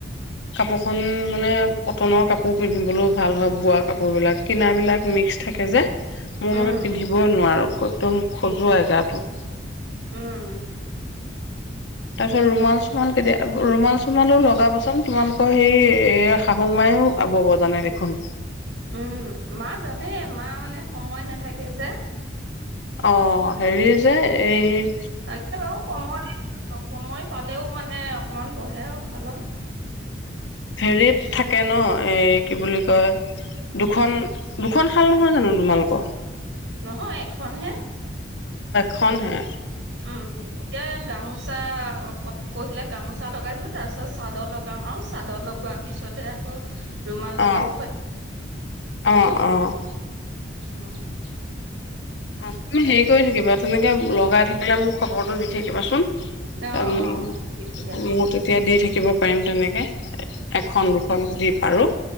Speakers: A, on the left; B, on the right.
A: কাপোৰখন মানে কটনৰ কাপোৰ পিন্ধিবলৈও ভাল হয় বোৱা কাপোৰ বিলাক কিনাবিলাক মিক্স থাকে যে। মই
B: উম,
A: মানে পিন্ধিবই নোৱাৰো। একদম খজুৱাই গাটো।
B: উম।
A: তাৰপিছত ৰুমাল চমাল কেতিয়া ৰুমাল চোমালো লগাবাচোন তোমালোকৰ সেই এ শাহু মায়ও বব জানে দেখোন।
B: উম মা জানে মা মানে সময় নাথাকে যে।
A: অ' হেৰি যে এই
B: আ <unintelligible> কম অ' সময় পালেও মানে অকমান বহে আৰু শালত।
A: হেৰিত থাকে ন এই কি বুলি কয় দুখন দুখন শাল নহয় জানো তোমালোকৰ?
B: নহয় এখন হে
A: খনহে
B: উম এয়াং গামোচ গামোচা পহিলে গামোচা লগাইছো তাৰপিছত চাদৰ লগাম আৰু চাদৰ লগোৱাৰ পিছতে আকৌ ৰুমাল লগাব
A: অহ
B: পাৰিম।
A: অহ অ'।
B: অ'।
A: অ' তুমি হেৰি কৰি থাকিবা তেনেকে লগাই থাকিলে মোক খবৰটো দি থাকিবাচোন
B: অ',
A: মো
B: অ', দিম দিয়া
A: তেতিয়া দি থাকি শিকিব পাৰিম তেনেকৈ। এখন দুখন দীপ আৰু